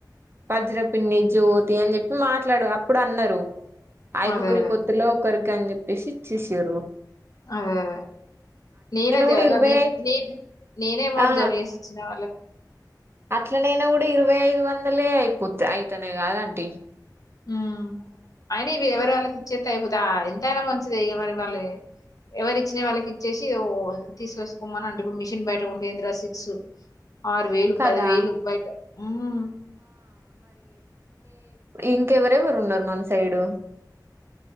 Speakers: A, on the right (about 35°); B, on the left (about 50°).
A: వజ్ర పిన్ని జ్యోతి అని చెప్పి మాట్లాడు అప్పుడు అన్నరు ఐదుగురి
B: అదే అదే
A: పొత్తులో ఒకరికని చెప్పేషి ఇచ్చేషిర్రు
B: అదే అదే నేనే జైయాల
A: కూడా ఇరవై
B: నే
A: ఐదు
B: నేన్ నేనే అమౌంట్
A: ఆ
B: జమ చేసిచ్చిన వాళ్ళకు
A: అట్లనైనా గుడా ఇరవై ఐదు వందలే అయిపోత్ అయితానే గాద్ ఆంటీ
B: హ్మ్ అయిన ఇవి ఎవరి వాళ్ళకిచ్చేత్తే అయిపోతా ఎంతైనా మంచిదే ఇద మరి వాళ్ళే ఎవరి ఇచ్చినయ్ వాళ్ళకిచ్చేసి ఓ తీసేసుకోమనంటే ఇప్పుడు మిషిన్ బయట కొంటే ఎందరా సిక్స్. ఆరు వేలు
A: కదా
B: పదివేలు బయట హ్మ్
A: ఇంక ఎవరెవరు ఉన్నారు మన సైడు